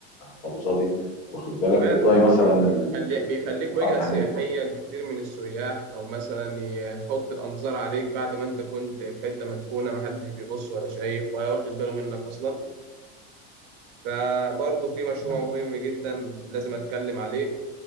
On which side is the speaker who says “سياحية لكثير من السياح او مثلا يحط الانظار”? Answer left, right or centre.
Right